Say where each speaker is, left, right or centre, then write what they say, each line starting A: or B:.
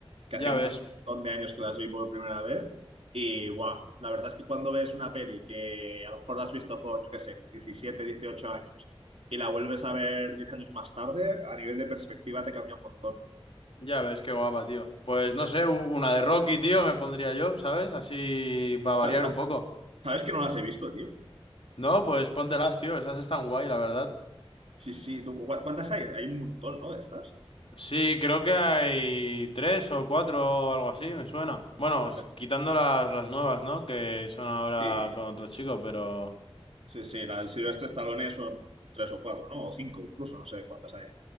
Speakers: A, on the right (about 80°); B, on the left (about 65°).
A: que
B: ya
A: hacía un
B: ves,
A: montón de años que las vi por primera vez. Y guau, la verdad es que cuando ves una peli que a lo mejor la has visto con, yo que sé, con 17 18 años y la vuelves a ver 10 años más tarde, a nivel de perspectiva te cambia un montón.
B: ya ves, qué guapa, tío. Pues no sé, u- una de Rocky, tío, me pondría yo, ¿sabes? Así para variar
A: Ostras, sa-
B: un poco.
A: ¿sabes que no las he visto, tío?
B: No, pues póntelas, tío, esas están guay, la verdad.
A: Sí, sí. ¿Tú, cu- cuántas hay? Hay un montón, ¿no? De estas.
B: Sí, creo que hay tres o cuatro o algo así, me suena. Bueno,
A: Ya
B: s-
A: ves.
B: quitando las, las nuevas, ¿no? Que son ahora
A: Sí,
B: con otro chico, pero...
A: sí, sí. La del Silvestre Stallone son tres o cuatro, ¿no? O cinco incluso, no sé cuántas hay.